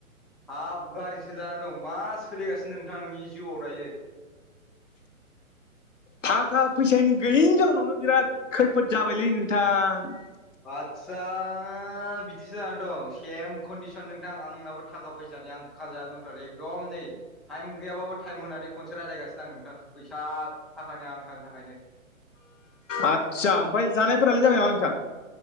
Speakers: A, in the centre; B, on the left.
A: हाब गारिसो जानानै दं मा सोलिगासिनो नोंथां नोंनि जिउआव दायो
B: थाखा फैसानि गैयैनि जाउनावनो बिराद खैफोद जाबायलै नोंथां
A: आचसा बिदिसो जानानै दं। सेम कन्दिसन नोंथां आंनाबो थाखा फैसानि आं ख जानानै दंथारो एकदम नै टाइम गैयाबाबो टाइम होनानै खनसे रायज्लायगासिनो आं नोंथां। फैसा थाखानि आंखालनि थाखायनो
B: आस्सा ओमफ्राय जानायफोरालाय जाबाय नामा नोंथां?